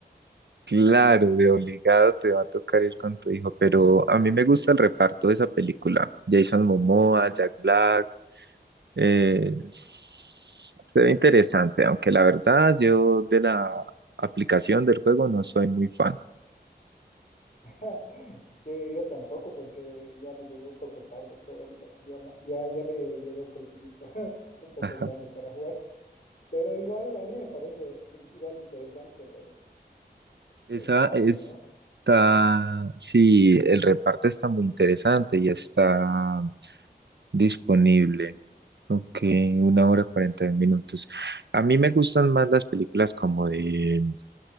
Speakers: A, on the right; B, on the left.
A: Claro, de obligado te va a tocar ir con tu hijo, pero a mí me gusta el reparto de esa película. Jason Momoa, Jack Black. Eh, s- se ve interesante, aunque la verdad yo de la aplicación del juego no soy muy fan.
B: <laughs> Sí, yo tampoco, porque ya me llegó un poco tarde el juego, digamos. Ya, ma- ya, ya me llegó crecidito, <laughs> un poco
A: Ajá.
B: grande para jugar. Pero igual, a mí me parece i- igual interesante el,
A: Esa
B: el reparto,
A: está,
B: ¿no?
A: sí, el reparto está muy interesante y está disponible. Ok, una hora cuarenta minutos. A mí me gustan más las películas como de,